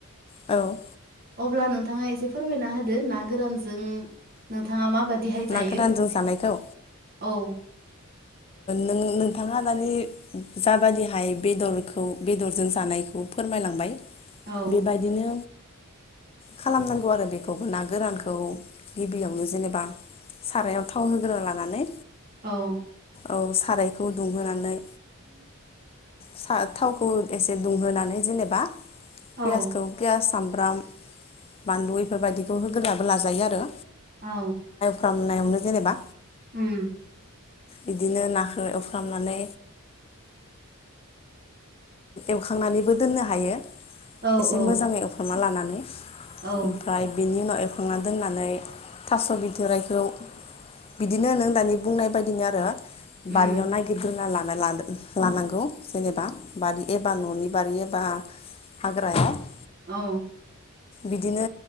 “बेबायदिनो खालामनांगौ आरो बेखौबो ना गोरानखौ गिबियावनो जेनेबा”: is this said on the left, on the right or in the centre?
Left